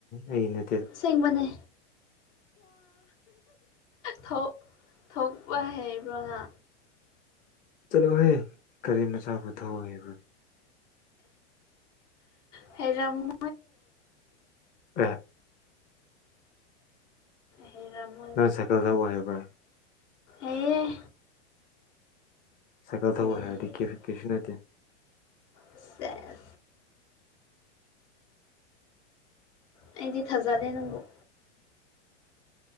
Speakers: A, on the left; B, on the left.
A: ꯑꯩꯅ
B: ꯁꯦꯡꯕꯅꯦ ꯊꯣꯛ ꯊꯣꯛꯄ ꯍꯩꯕ꯭ꯔꯣꯅ
A: ꯆꯠꯂꯣꯍꯦ ꯀꯔꯤ ꯃꯆꯥꯕꯨ ꯊꯑꯣꯏꯦꯕ
B: ꯍꯦꯔꯝꯃ
A: ꯑ
B: ꯍꯦꯔꯥꯃ
A: ꯅꯪ ꯁꯥꯏꯀꯜꯗꯎ ꯍꯥꯏꯕ꯭ꯔꯥ
B: ꯑꯦꯌꯦꯦ
A: ꯁꯥꯏꯀꯜ
B: ꯀꯔꯤ
A: ꯊꯧ ꯍꯥꯏꯔꯗꯤ
B: ꯍꯩ
A: ꯀ ꯀꯩꯁꯨ ꯅꯠꯇꯦ
B: ꯁꯦꯁ ꯑꯩꯗꯤ ꯊꯥꯖꯗꯦ ꯅꯪꯕꯨꯣ